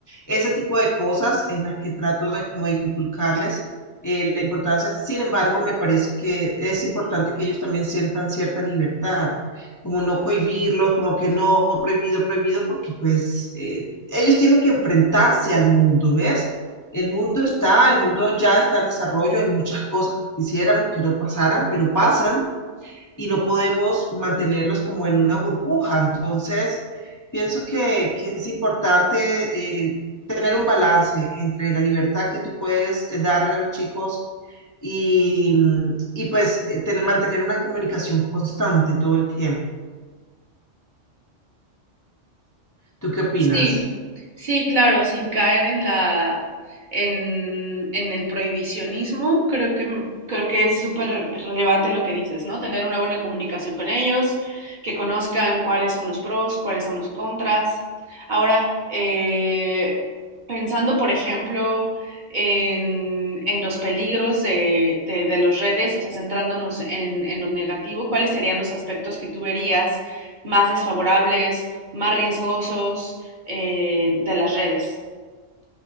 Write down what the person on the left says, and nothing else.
ese tipo de cosas en las que trato de como de inculcarles eh, la importancia. Sin embargo, me parece que es importante que ellos también sientan cierta libertad como no cohibirlos, como que no, prohibido, prohibido, porque pues eh, ellos tienen que enfrentarse al mundo, ¿ves? El mundo está, el mundo ya está en desarrollo, hay muchas cosas que quisiéramos que no pasaran, pero pasan y no podemos mantenerlos como en una burbuja. Entonces, pienso que, que es importante eh, tener un balance entre la libertad que tú puedes eh, darle a los chicos y, y pues eh, tener, mantener una comunicación constante todo el tiempo. ¿Tú qué opinas?